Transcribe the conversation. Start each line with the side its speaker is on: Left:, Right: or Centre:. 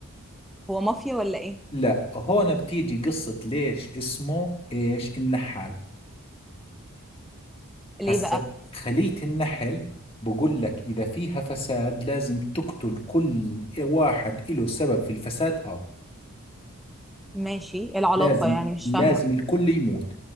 Centre: هو مافيا ولا ايه
Left: لا هون بتيجي قصة ليش اسمه إيش النحال
Centre: ليه
Left: هسا
Centre: بقى
Left: خلية النحل بقول لك إذا فيها فساد لازم تقتل كل واحد له سبب في الفساد هذا
Centre: ماشي إيه العلاقة
Left: لازم
Centre: يعني مش
Left: لازم
Centre: فاهمة
Left: الكل يموت